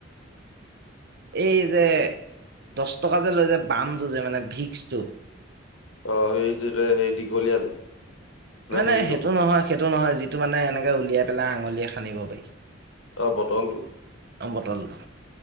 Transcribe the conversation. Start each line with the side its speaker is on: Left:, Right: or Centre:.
Right: <inaudible> এই যে দশ টকা যে লৈ যে বামটো যে মানে ভিক্সটো।
Left: অ', এই যে এই দীঘলীয়া যে। নে
Right: মানে
Left: হেৰিটো
Right: সেইটো নহয় সেইটো নহয় যিটো মানে এনেকে উলিয়াই পেলাই আঙুলিয়ে সানিব পাৰি।
Left: অ', বটলটো।
Right: অ', বটলটো